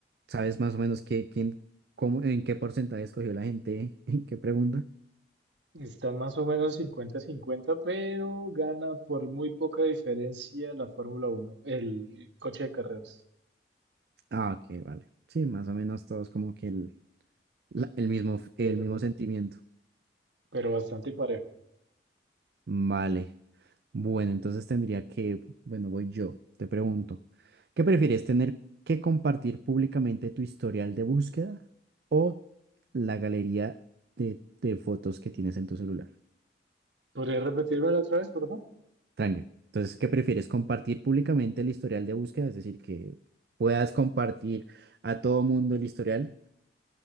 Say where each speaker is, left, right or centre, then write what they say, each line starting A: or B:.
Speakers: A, on the right; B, on the right.
A: ¿sabes más o menos qué, quién, cómo, en qué porcentaje escogió la gente? <laughs> ¿En qué pregunta?
B: Están más o menos 50-50, pero gana por muy poca diferencia la Fórmula Uno, el coche de carreras.
A: Ah, ok, vale. Sí, más o menos todos como que el, la- el mismo, f-
B: Pero,
A: el mismo sentimiento.
B: pero bastante parejo.
A: Vale. Bueno, entonces tendría que, bueno, voy yo, te pregunto, ¿qué prefieres tener que compartir públicamente tu historial de búsqueda o la galería de, de fotos que tienes en tu celular?
B: ¿Podrías repetírmelo otra vez, por favor?
A: Tranqui. Entonces, ¿qué prefieres? ¿Compartir públicamente el historial de búsqueda? Es decir, que puedas compartir a todo mundo el historial